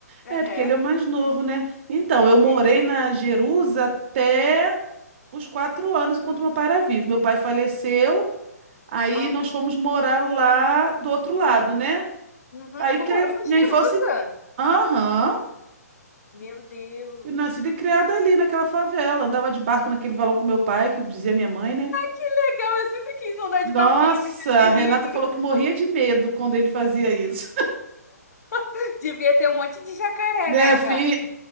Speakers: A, on the right (about 45°); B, on the left (about 70°).
A: É, porque
B: É.
A: ele é o mais novo, né? Então, eu morei
B: Tem-
A: na Jerusa até os quatro anos enquanto meu pai era vivo. Meu pai faleceu, aí
B: Ah,
A: nós fomos morar lá do outro lado, né?
B: uhum.
A: Aí
B: Tu
A: cre-
B: morou na
A: minha
B: Jerusa?
A: infância, aham,
B: Meu Deus.
A: fui nascida e criada ali naquela favela. Andava de barco naquele valão com meu pai, que dizia minha mãe, né?
B: Que legal, eu sempre quis andar
A: Nossa,
B: de barquinho naquele
A: a Renata
B: rio.
A: falou que morria de medo quando ele fazia isso.
B: <laughs> Devia ter um monte de jacaré,
A: Minha
B: né, cara?
A: filha,